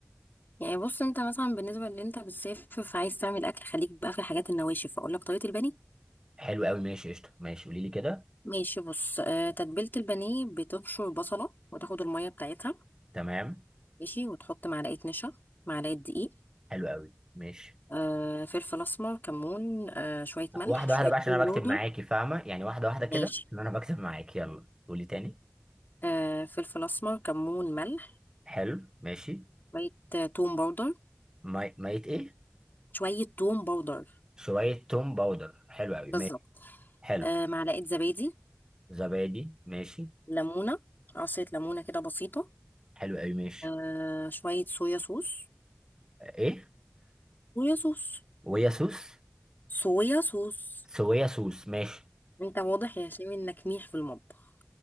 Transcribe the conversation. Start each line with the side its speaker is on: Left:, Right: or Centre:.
Left: يعني بص انت مثلا بالنسبه اللي انت بتسافر فعايز تعمل اكل خليك بقى في الحاجات النواشف اقول لك طريقه البانيه
Right: حلو قوي ماشي قشطه ماشي قولي لي كده
Left: ماشي بص آه تتبيله البانيه بتبشر بصله وتاخد الميه بتاعتها
Right: تمام
Left: ماشي وتحط معلقه نشا معلقه دقيق
Right: حلو قوي ماشي
Left: آه فلفل اسمر كمون آه شويه ملح
Right: واحدة
Left: شويه
Right: واحدة بقى عشان
Left: توم
Right: أنا
Left: باودر
Right: بكتب معاكي فاهمة يعني واحدة واحدة كده
Left: ماشي
Right: إن أنا بكتب معاكي يلا قولي تاني
Left: آه فلفل اسمر كمون ملح
Right: حلو ماشي
Left: شوية آه، توم باودر
Right: مي... مية إيه
Left: شوية توم باودر
Right: شوية توم باودر حلو أوي
Left: بالظبط
Right: ماشي حلو
Left: آه معلقة زبادي
Right: زبادي ماشي
Left: ليمونة عصير ليمونة كده بسيطة
Right: حلو أوي ماشي
Left: آه شوية صويا صوص
Right: آه، إيه
Left: صويا صوص
Right: ويا سوس
Left: صويا صوص
Right: سويا سوس ماشي
Left: انت واضح يا هشام انك ميح في المطبخ